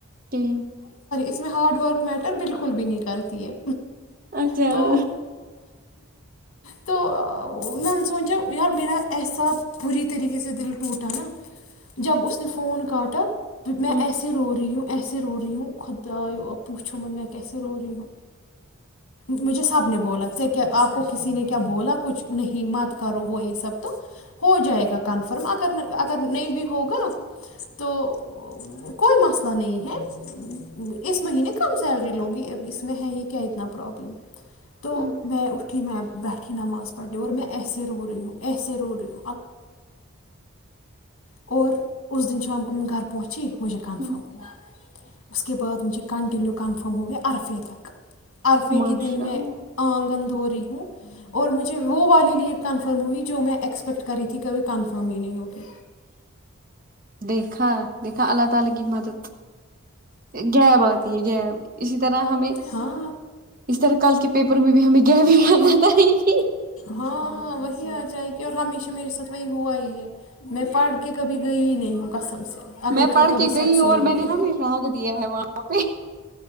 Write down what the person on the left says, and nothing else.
اس میں ہاڈ ورک میٹر بالکل بھی نہیں کرتی ہے
تو
تو میں نے سوچا یار میرا احساب پی طریقے سے دل ٹوٹا نا جب اس نے فون کاٹا میں
ایسے رو رہی ہوں ایسے رو رہی ہوں خود آ پوچھو مت میں کیسے رو رہی ہوں مجھے سب نے بولا کیا آپ کو کسی نے کیا بولا کچھ نہیں مت کرو وہ یہ سب تو ہو جائے گا کنفرم اگر اگر نہیں بھی ہوگا تو کوئی مسئلہ نہیں ہے اس مہینے کم سیلری لوگی اب اس میں ہے ہی کیا اتنا پرابلم تو
میں اٹھی میں بیٹھی نماز پڑھ رہیوں اور میں ایسے رو رہی ہوں ایسے رو رہی ہوں اور انسان کو میں گھر پہونچی استعمال کریں۔ مجھے کنفرم
ہوا اس کے بعد مجھے کنٹنییو کنفرم ہو گیا عرفے تک عرفے
کےے دن میں
آنگن ہو رہی ہوں اور مجھے وہ والی لیٹ کنفرم ہوئی جو میں ایکسپیکٹ کری تھی کبھی کنفرم ہی نہیں ہوگی
ہاں
ہاں وہی آ جائے گ کہ اور ہمیشہ میرے ساتھ وہی ہوا ہی ہے میں پڑھ کے کبھی گئی ہی نہیں ہوں قسم سے اگر
تم کبھی
سچ
سنو
گے